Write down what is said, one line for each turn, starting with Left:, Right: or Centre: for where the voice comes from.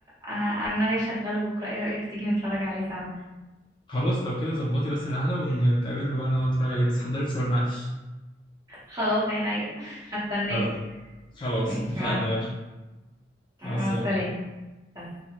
Right: انا انا ناويه اشغله بكره ايه رايك تيجي نتفرج عليه سوا
Left: خلاص لو كده ظبطي بس الهنا ونتقابل وانا نقعد نتفرج عليه بس حضري فشار معلش
Right: خلاص عينيا <laughs> هستناك
Left: خلاص خلاص
Right: ماشي
Left: اتفقنا
Right: مع
Left: يلا
Right: مع
Left: مع السلامة
Right: السلامه سلام.